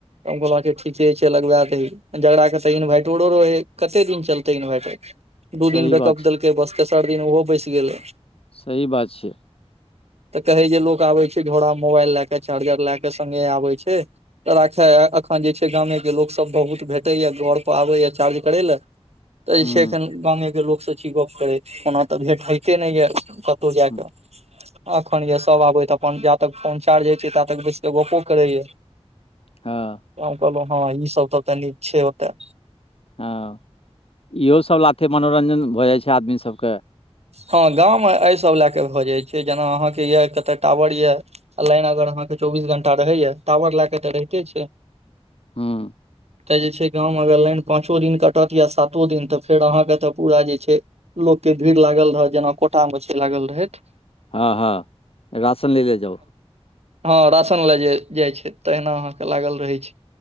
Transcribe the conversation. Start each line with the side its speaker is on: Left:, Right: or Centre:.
Right: हम कहल ठीके छै लगबा दह झगड़ाे तऽ इन्वर्इटरो रहै कते दिन चलतै इन्वरटर दू
Left: सही
Right: दिन बैकअप
Left: बात छै
Right: देलकै बस तेसर दिन ओहो बैस गेल
Left: सही बात छिय
Right: तऽ कहे जे लोक आबे छै घोड़ा मोबाइल लय के चार्जर लय के सगे आबै छ ऽ राखे अखन जे छै गामे के लोक सब बहुत भेटे या घर पर आबे य चार्ज करे ल तऽ जे
Left: हँ
Right: छै एखन गामेके लोकसँ छी गप करैत ओना तऽ भेंट होइते नहि य जा
Left: हँ
Right: के अखन य सब आबे त अपन जा तक फोनचार्ज हय छै ता तक बसिक गपो करेय
Left: ह
Right: त कहलहु हँ ई सब तऽ तनि छैत
Left: हँ इहो सब लाथे मनोरञ्जन भऽ जाइ छै आदमी सबक
Right: हँ गाममे एहि सभ लए कऽ भऽ जाइत छ जेना अहाँ के ये कते टावर ये लाइन अगर अहाँ के चौबीस घंटा रहे ये टावर ले के ते रहिते छ <unintelligible>
Left: ह
Right: तऽ जे छै गाँमे अगर लाइन पाँचो दिन कटत या सातो दिन तऽ फेर अहाँके तऽ पूरा जे छ लोकके भीड़ लागल रहय जेना कोटामे छै लागल रहथ
Left: हँ हँ रशन ले ले जा
Right: हँ राशन ले जे जाइ छै तहिना अहाँके लागल रहै छ